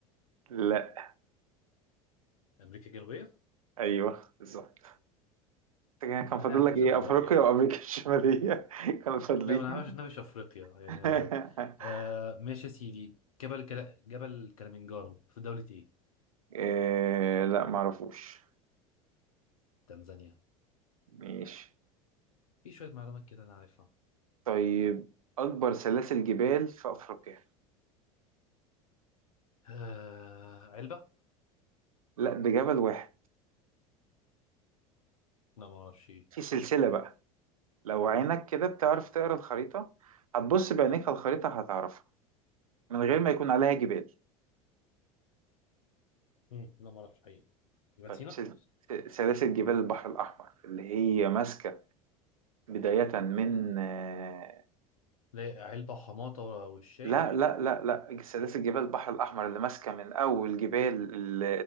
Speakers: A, on the right; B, on the left.
A: لا
B: امريكا الجنوبية
A: ايوه بالظبط كان كان
B: انا
A: فاضل
B: فاشل
A: لك ايه
B: جغرافيا
A: افريقيا وامريكا الشمالية <laughs> كانوا فاضلين
B: لا ما انا عارف إنها في افريقيا يعني
A: <laughs>
B: آه آه، ماشي يا سيدي جبل كلا... جبل كليمنجارو في دولة ايه
A: آه... لا معرفوش
B: تنزانيا
A: ماشي
B: في شوية معلومات كده انا عارفها
A: طيب أكبر سلاسل جبال في أفريقيا
B: آه علبة
A: لا ده جبل واحد
B: لا ما اعرفش ايه
A: في سلسلة بقى لو عينك كده بتعرف تقرا الخريطة هتبص بعينيك على الخريطة هتعرفها من غير ما يكون عليها جبال
B: مم، لا ما اعرفش حقيقي جبل
A: طيب
B: سينا
A: سل... سلاسل جبال البحر الأحمر اللي هي ماسكة بداية من آه،
B: لا علبة وحماطة والشاي
A: لا لا لا لا سلاسل جبال البحر الأحمر اللي ماسكة من أول جبال ال...